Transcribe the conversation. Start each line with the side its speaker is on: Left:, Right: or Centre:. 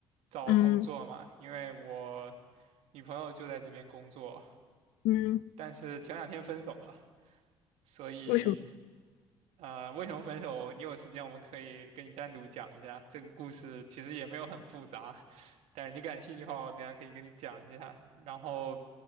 Right: 找工作嘛，
Left: 嗯
Right: 因为我女朋友就在这边工作，
Left: 嗯，
Right: 但是前两天分手了。所以，
Left: 为什么？
Right: 呃，为什么分手？你有时间我们可以跟你单独讲一下。这个故事其实也没有很复杂，但是你感兴趣的话，我等一下可以跟你讲一下。然后